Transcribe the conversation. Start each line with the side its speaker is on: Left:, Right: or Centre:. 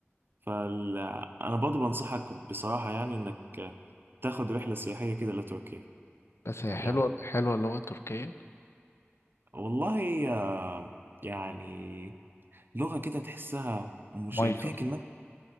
Right: فال انا برضه بنصحك بصراحة يعني انك تاخد رحلة سياحية كده لتركيا
Left: بس هي
Right: يعني
Left: حلوة حلوة اللغة التركية
Right: والله آه، يعني لغة كده تحسها مش
Left: مايكل
Right: يعني فيها كلمات